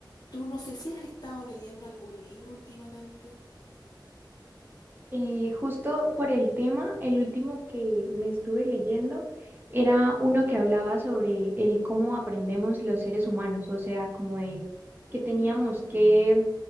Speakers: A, on the left; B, on the right.
A: Tú no sé si has estado leyendo algún libro últimamente.
B: Eh, justo por el tema, el último que me estuve leyendo era uno que hablaba sobre el cómo aprendemos los seres humanos, o sea, como de que teníamos que